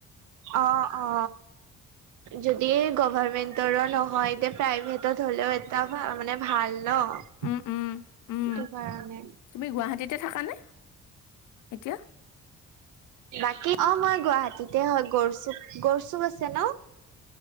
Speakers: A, on the right; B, on the left.
A: অ অ যদি গভমেন্টৰো নহয় এতিয়া প্ৰাইভেটত হ'লেও এটা মানে ভাল ন সেইটো
B: উম উম উম
A: কাৰণে
B: তুমি গুৱাহাটীতে থাকানে এতিয়া
A: বাকী অ মই গুৱাহাটীতে হয় গড়চু গড়চুক আছে ন